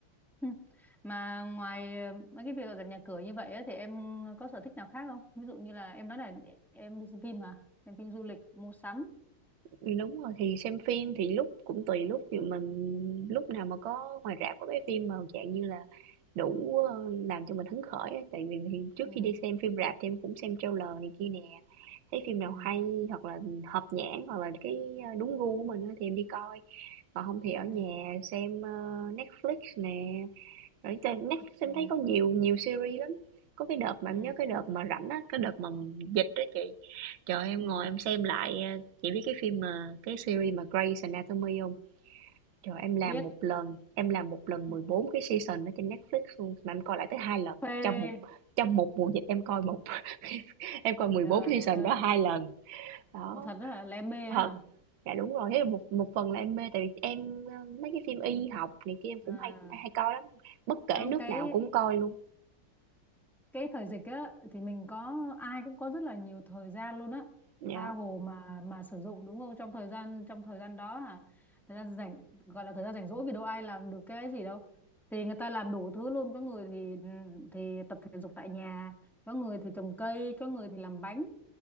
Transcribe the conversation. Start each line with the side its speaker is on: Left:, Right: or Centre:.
Centre: Ừ. Mà ngoài ờ, mấy cái việc dọn nhà cửa như vậy á, thì em có sở thích nào khác không? Ví dụ như là em nói là em đi xem phim hả? Xem phim du lịch, mua sắm.
Right: Ừm, đúng rồi, thì xem phim thì lúc cũng tùy lúc, ví mình lúc nào mà có ngoài rạp có cái phim mà dạng như là đủ, ơ, làm cho mình hứng khởi á, tại vì thì trước
Centre: Ừ.
Right: khi đi xem phim rạp thì em cũng xem trailer này kia nè, thấy phim nào
Centre: Ừ.
Right: hay hoặc là hợp nhãn hoặc là cái, a, đúng gu của mình á thì em đi coi. Còn không thì ở
Centre: Ừ.
Right: nhà xem, ơ, Netflix nè, rồi trên Netflix em
Centre: Ừ.
Right: thấy có nhiều nhiều series lắm. Có cái đợt mà
Centre: Ừ.
Right: em nhớ cái đợt mà rảnh á, cái đợt mà dịch đó chị. Trời ơi, em
Centre: Ừ.
Right: ngồi em xem lại ờ, chị biết cái phim mà cái series mà Grey's Anatomy không? Trời em làm
Centre: Biết.
Right: một lần, em làm một lần
Centre: Ừ.
Right: 14 cái season ở trên Netflix luôn mà em coi lại tới hai lần
Centre: Phê.
Right: trong một trong một mùa dịch em coi một <laughs> em coi mười
Centre: Trời
Right: bốn season
Centre: ơi.
Right: đó hai lần. Đó,
Centre: Ủa thật rất là lem mê ấy
Right: thật.
Centre: hả?
Right: Dạ đúng rồi, thế là một một phần là em mê tại vì em ờ, mấy cái phim y học này kia em cũng
Centre: À.
Right: hay hay coi lắm. Bất kể
Centre: Không
Right: nước
Centre: cái
Right: nào cũng coi luôn.
Centre: cái thời dịch á thì mình có ai cũng có rất là nhiều thời gian luôn á
Right: Dạ.
Centre: tha hồ mà mà sử dụng đúng không trong thời gian trong thời gian đó à thời gian rảnh gọi là thời gian rảnh rỗi vì đâu ai làm được cái gì đâu thì người ta làm đủ thứ luôn có người thì thì tập thể dục tại nhà có người thì trồng cây có người thì làm bánh